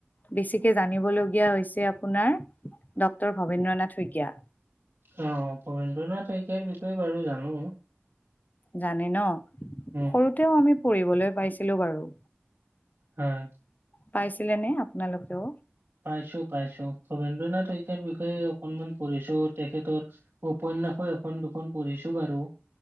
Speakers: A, on the left (about 40°); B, on the right (about 60°).
A: বেছিকে জানিবলগীয়া হৈছে আপোনাৰ ডক্টৰ ভবেন্দ্ৰ নাথ শইকীয়া।
B: অ', ভবেন্দ্ৰ নাথ শইকীয়াৰ বিষয়ে বাৰু জানোঁ।
A: জানে ন।
B: উম
A: সৰুতেও আমি পঢ়িবলৈ পাইছিলোঁ বাৰু।
B: হয়।
A: পাইছিলে নে আপোনালোকেও?
B: পাইছোঁ, পাইছোঁ। ভবেন্দ্ৰ নাথ শইকীয়াৰ বিষয়ে অকনমান পঢ়িছোঁ তেখেতৰ উপন্যাসো এখন দুখন পঢ়িছো বাৰু।